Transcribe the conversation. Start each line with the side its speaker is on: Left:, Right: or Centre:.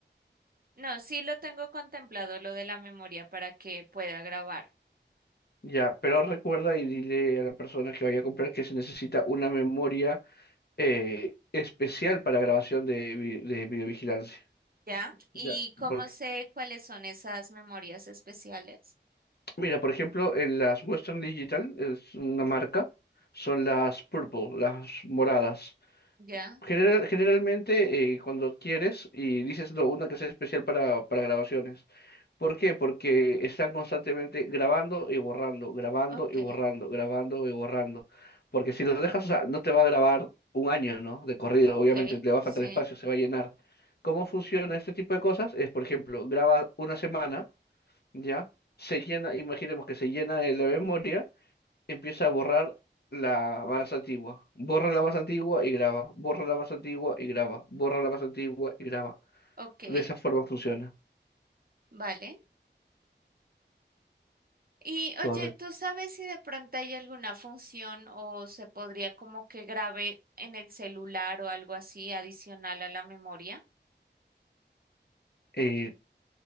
Right: no, sí lo tengo contemplado lo de la memoria para que pueda grabar.
Left: Ya, pero recuerda y dile a la persona que vaya a comprar que se necesita una memoria eh, especial para grabación de, vi- de videovigilancia.
Right: ¿Ya? ¿Y
Left: Ya,
Right: cómo
Left: Porque,
Right: sé cuáles son esas memorias especiales?
Left: mira, por ejemplo, en las Western Digital, es una marca, son las purple, las moradas.
Right: ¿Ya?
Left: General- generalmente eh, cuando adquieres y dices no, una que sea especial para, para grabaciones. ¿Por qué? Porque están constantemente grabando y borrando, grabando
Right: Ok,
Left: y borrando, grabando y borrando. Porque si lo dejas, o sea, no te va a grabar un año, ¿no? De corrido,
Right: ok,
Left: obviamente te va
Right: sí,
Left: a faltar espacio, se va a llenar. ¿Cómo funciona este tipo de cosas? Es, por ejemplo, graba una semana, ¿ya? Se llena, imaginemos que se llena eh, la memoria empieza a borrar la más antigua. Borra la más antigua y graba. Borra la más antigua y graba. Borra la más antigua y graba.
Right: ok,
Left: De esa forma funciona.
Right: vale. Y
Left: Correcto.
Right: oye, ¿tú sabes si de pronto hay alguna función o se podría como que grabe en el celular o algo así adicional a la memoria?
Left: Eh,